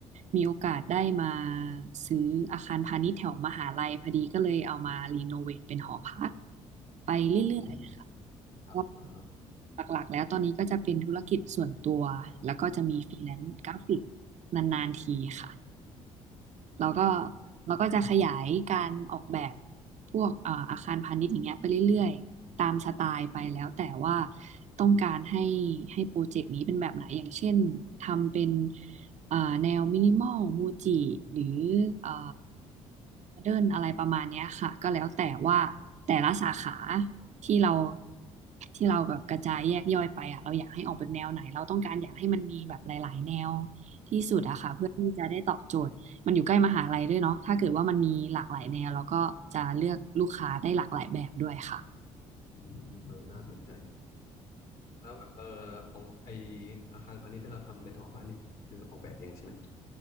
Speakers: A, on the right; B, on the left.
A: มีโอกาสได้มาซื้ออาคารพาณิชย์แถวมหาลัยพอดีก็เลยเอามารีโนเวทเป็นหอพักไปเรื่อยๆค่ะ
B: อืมครับอ่า
A: ก็หลักๆแล้วตอนนี้ก็จะเป็นธุรกิจส่วนตัว แล้วก็จะมีฟรีแลนซ์กราฟิกนานๆทีค่ะ เราก็เราก็จะขยายการออกแบบพวกเอ่ออาคารพาณิชย์อย่างเงี้ยไปเรื่อยๆตามสไตล์ไปแล้วแต่ว่าต้องการให้ให้โปรเจกต์นี้เป็นแบบไหนอย่างเช่นทำเป็นเอ่อแนวมินิมอลมูจิหรือเอ่อโมเดิร์นอะไรประมาณเนี้ยค่ะก็แล้วแต่ว่าแต่ละสาขาที่เราที่เราแบบกระจายแยกย่อยไปอ่ะเราอยากให้ออกเป็นแนวไหนเราต้องการอยากให้มันมีแบบหลายๆแนวที่สุดอะค่ะเพื่อที่จะได้ตอบโจทย์ มันอยู่ใกล้มหาลัยด้วยเนาะถ้าเกิดว่ามันมีหลากหลายแนวเราก็จะเลือกลูกค้าได้หลากหลายแบบด้วยค่ะ
B: อืมเออน่าสนใจดีแล้วแบบเออของไออาคารพาณิชย์ที่เราทำเป็นหอพักนี่คือออกแบบเองใช่ไหมครับ